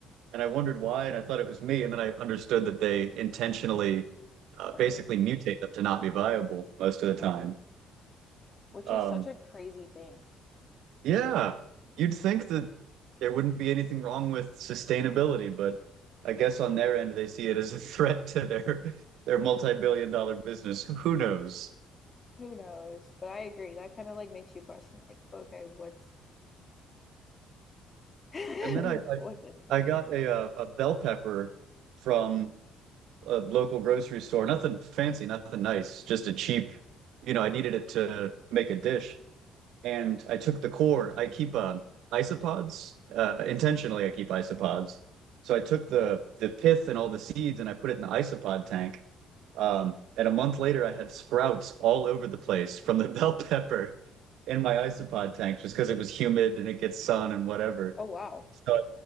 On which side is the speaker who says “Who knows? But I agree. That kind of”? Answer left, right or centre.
Left